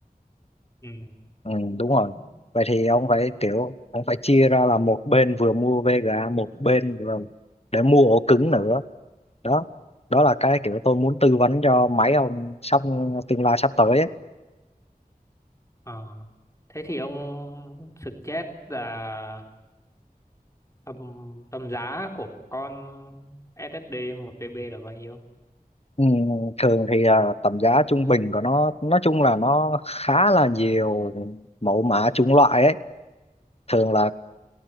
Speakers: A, on the left (about 20°); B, on the left (about 40°).
A: ừ
B: ừ, đúng rồi
A: ừm.
B: vậy thì ông phải kiểu ông phải chia ra là một bên vừa mua VGA một bên vừa để mua ổ cứng nữa đó đó là cái kiểu tôi muốn tư vấn cho mấy ông sắp tương lai sắp tới ấy.
A: Ờ. Thế thì ông suggest là Tầm, tầm giá của con SSD 1TB là bao nhiêu?
B: Ừ, thường thì à, tầm giá trung bình của nó nói chung là nó khá là nhiều mẫu mã chủng loại ấy thường là